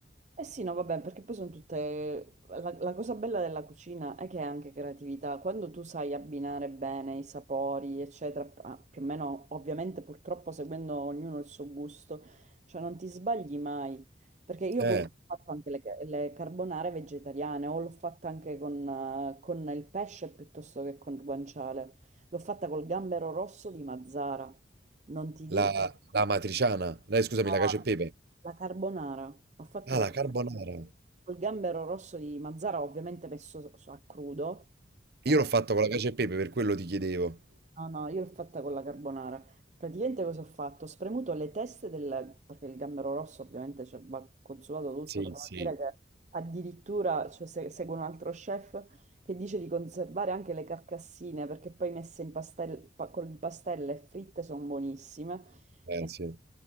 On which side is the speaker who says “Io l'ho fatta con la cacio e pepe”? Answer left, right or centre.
Right